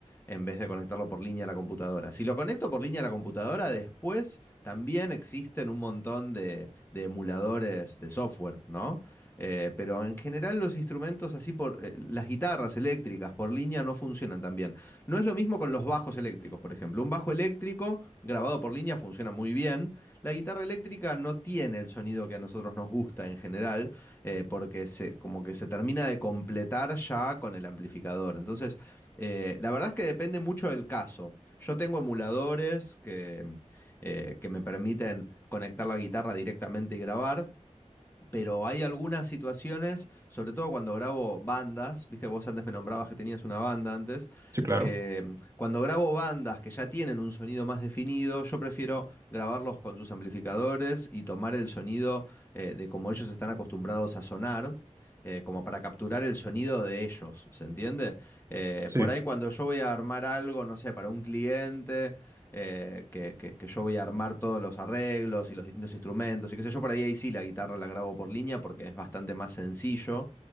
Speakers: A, on the left; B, on the right.
A: en vez de conectarlo por línea a la computadora. Si lo conecto por línea a la computadora, después también existen un montón de, de emuladores de software, ¿no? Eh, pero en general los instrumentos así por eh, las guitarras eléctricas por línea no funcionan tan bien. No es lo mismo con los bajos eléctricos, por ejemplo. Un bajo eléctrico grabado por línea funciona muy bien. La guitarra eléctrica no tiene el sonido que a nosotros nos gusta en general, eh, porque se, como que se termina de completar ya con el amplificador. Entonces, eh, la verdad es que depende mucho del caso. Yo tengo emuladores que, eh, que me permiten conectar la guitarra directamente y grabar pero hay algunas situaciones, sobre todo cuando grabo bandas, viste, vos antes me nombrabas que tenías una banda antes,
B: sí, claro.
A: que mm, cuando grabo bandas que ya tienen un sonido más definido, yo prefiero grabarlos con sus amplificadores y tomar el sonido eh, de como ellos están acostumbrados a sonar. eh, como para capturar el sonido de ellos, ¿se entiende? Eh,
B: Sí,
A: por ahí cuando yo voy a armar algo, no sé, para un cliente eh, que, que- que yo voy a armar todos los arreglos y los distintos instrumentos y qué sé yo. Por ahí, ahí sí la guitarra la grabo por línea porque es bastante más sencillo.